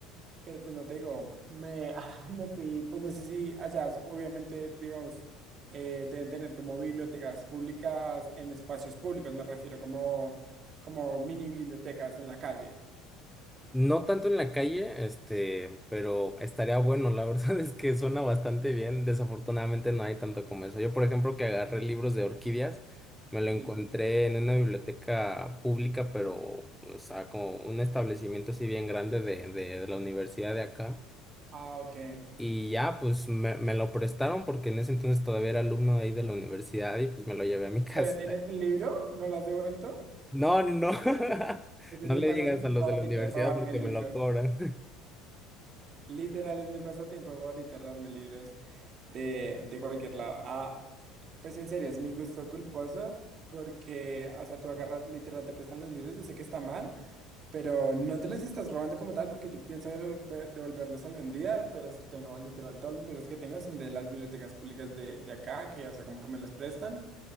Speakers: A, on the right; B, in the centre.
A: pero pues no te digo, me, <laughs> me fui, pues no sé si allá, obviamente, digamos, eh, deben tener como bibliotecas públicas en espacios públicos, me refiero como, como mini bibliotecas en la calle.
B: No tanto en la calle, este, pero estaría bueno. La verdad <laughs> es que suena bastante bien. Desafortunadamente no hay tanto como eso. Yo, por ejemplo, que agarré libros de orquídeas, me lo
A: Sí.
B: encontré en una biblioteca pública, pero, o sea, como un establecimiento así bien grande de, de la universidad de acá.
A: Ah, ok.
B: Y ya, pues me, me lo prestaron porque en ese entonces todavía era alumno de ahí de la universidad y pues me lo llevé a mi casa.
A: ¿Todavía tienes
B: <laughs>
A: el libro? ¿No lo has devuelto?
B: No, no, no. <laughs>
A: Ese
B: No
A: es mi
B: le
A: pasatiempo
B: digas a los
A: favorito,
B: de la universidad
A: robarme
B: porque
A: libros.
B: me lo cobran.
A: Literal, es mi pasatiempo favorito, robarme libros. de, de cualquier lado. Ah, pues en serio, es mi gusto culposo porque, o sea, tú agarras, literal, te prestan los libros, yo sé que está mal, pero no te los estás robando como tal porque yo pienso devolver- devolverlos algún día, pero sí tengo, literal, todos los libros que tengo son de las bibliotecas públicas de, de acá, que, o sea, como que me los prestan